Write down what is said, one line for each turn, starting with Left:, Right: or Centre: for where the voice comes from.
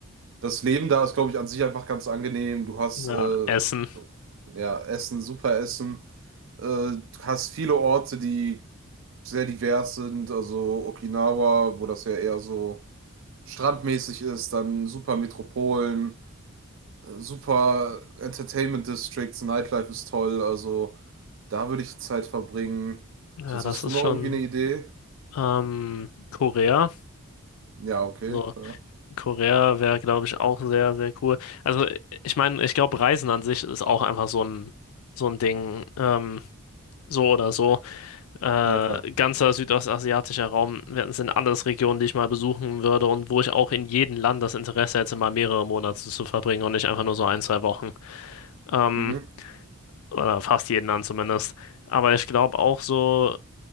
Right: Das Leben da ist, glaube ich, an sich einfach ganz angenehm. Du hast
Left: Ja,
Right: äh,
Left: Essen.
Right: ja Essen, super Essen. Äh, du hast viele Orte, die sehr divers sind. Also Okinawa, wo das ja eher so strandmäßig ist, dann super Metropolen, äh, super Entertainment Districts, Nightlife ist toll. Also da würde ich Zeit verbringen.
Left: Ja,
Right: Sonst
Left: das
Right: hast
Left: ist
Right: du noch
Left: schon
Right: irgendwie eine Idee?
Left: ähm, Korea.
Right: Ja, okay,
Left: So,
Right: klar.
Left: Korea wäre, glaube ich, auch sehr, sehr cool. Also, ich meine, ich glaube, Reisen an sich ist auch einfach so ein, so ein Ding, ähm, so oder so. Äh,
Right: Ja, klar.
Left: ganzer südostasiatischer Raum, wir- sind alles Regionen, die ich mal besuchen würde und wo ich auch in jedem Land das Interesse hätte, mal mehrere Monate zu verbringen und nicht einfach nur so ein, zwei Wochen. Ähm,
Right: Mhm.
Left: oder fast jeden Land zumindest. Aber ich glaube auch so,